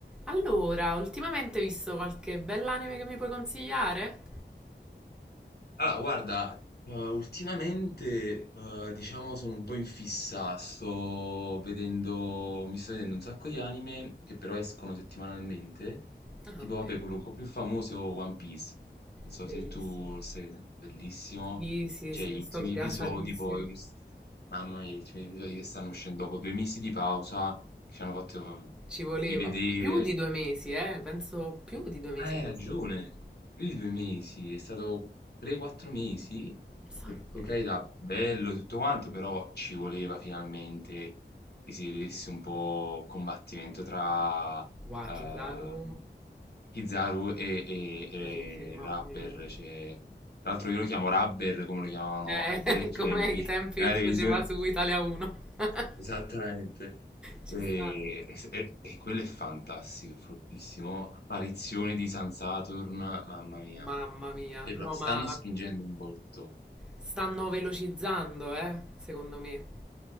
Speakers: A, in the centre; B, on the left.
A: Allora, ultimamente hai visto qualche bell'anime che mi puoi consigliare?
B: Allora, guarda, eh, ultimamente, eh, diciamo, sono un po' in fissa, sto vedendo, mi sto vedendo un sacco di anime che però escono settimanalmente,
A: Ah,
B: tipo,
A: ok,
B: vabbè, quello un po' più famoso è One Piece, non so
A: bellissimo.
B: se tu sei bellissimo,
A: Sì, sì,
B: cioè
A: sì,
B: gli
A: sto
B: ultimi
A: gasatissima.
B: episodi poi, che s- mamma mia, gli ultimi episodi che stanno uscendo dopo due mesi di pausa, che ci hanno fatto
A: Ci
B: eh,
A: voleva
B: rivedere,
A: più di due mesi, eh? Penso più di due mesi
B: Ah, hai
A: abbiamo
B: ragione,
A: aspettato.
B: più di due mesi, è stato 3-4 mesi,
A: Un sacco.
B: e per carità, bello e tutto quanto, però ci voleva finalmente che si vedesse un po' il combattimento tra
A: Wakitaru,
B: ehm, Kizaru e, e, e
A: Sì, sì, mamma
B: Rubber,
A: mia.
B: cioè, tra l'altro io lo chiamo Rubber come lo chiamavano
A: Eh,
B: ai bei vecchi
A: <laughs> come
B: tempi
A: i tempi
B: nella
A: che
B: televisione,
A: faceva su Italia 1. <laughs>
B: Esattamente.
A: Ci
B: E
A: sta.
B: e s e e quello è fantastico, è fortissimo. Apparizione di San Saturn, mamma mia.
A: Mamma mia.
B: E
A: No,
B: pro stanno
A: ma
B: spingendo un botto.
A: stanno velocizzando, eh? Secondo me.